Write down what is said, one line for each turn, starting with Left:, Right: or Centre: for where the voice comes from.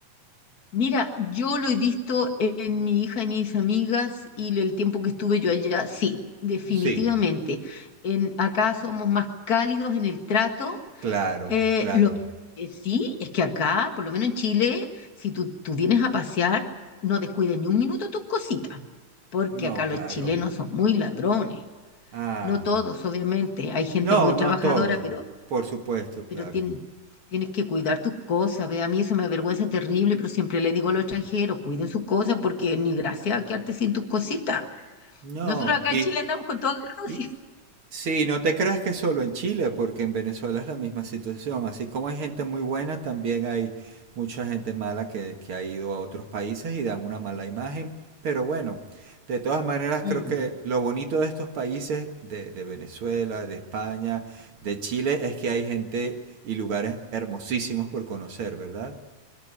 Left: mira, yo lo he visto en mi hija y mis amigas y el tiempo que estuve yo allá, sí, definitivamente.
Right: Sí,
Left: En, acá somos más cálidos en el trato.
Right: claro,
Left: Eh,
Right: claro.
Left: lo que sí es que acá, por lo menos en Chile, si tú, tú vienes a pasear, no descuides ni un minuto tus cositas, porque
Right: No,
Left: acá
Right: claro.
Left: los chilenos son muy ladrones.
Right: Ah,
Left: No todos, obviamente. Hay gente
Right: no,
Left: muy
Right: no
Left: trabajadora,
Right: todo.
Left: pero,
Right: Por supuesto, claro.
Left: pero tien- tienes que cuidar tus cosas. ve, A mí eso me avergüenza terrible, pero siempre le digo a los extranjeros, cuiden sus cosas porque ni gracia quedarte sin tus cositas.
Right: No,
Left: Nosotros acá
Right: y,
Left: en Chile andamos con todo agarrado.
Right: y,
Left: sí.
Right: Sí, no te creas que solo en Chile, porque en Venezuela es la misma situación. Así como hay gente muy buena, también hay mucha gente mala que, que ha ido a otros países y dan una mala imagen. Pero bueno, de todas maneras
Left: Mm.
Right: creo que lo bonito de estos países, de, de Venezuela, de España, de Chile, es que hay gente y lugares hermosísimos por conocer, ¿verdad?